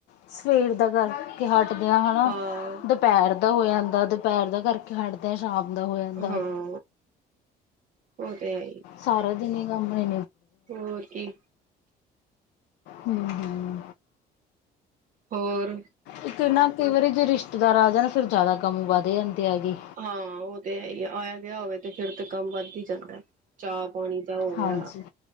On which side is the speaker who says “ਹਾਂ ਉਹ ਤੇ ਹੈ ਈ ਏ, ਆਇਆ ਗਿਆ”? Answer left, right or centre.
Right